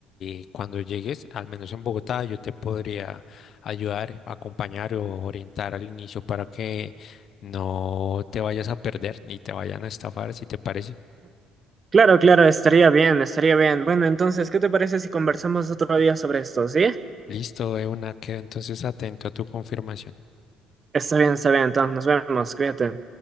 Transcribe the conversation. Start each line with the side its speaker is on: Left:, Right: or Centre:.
Left: eh, cuando llegues, al menos en Bogotá, yo te podría ayudar, acompañar o orientar al inicio para que no te vayas a perder ni te vayan a estafar, si te parece.
Right: Claro, claro, estaría bien, estaría bien. Bueno, entonces, ¿qué te parece si conversamos otro día sobre esto? ¿Sí?
Left: Listo, de una, quedo entonces atento a tu confirmación.
Right: Está bien, está bien, entonces nos vemos, cuídate.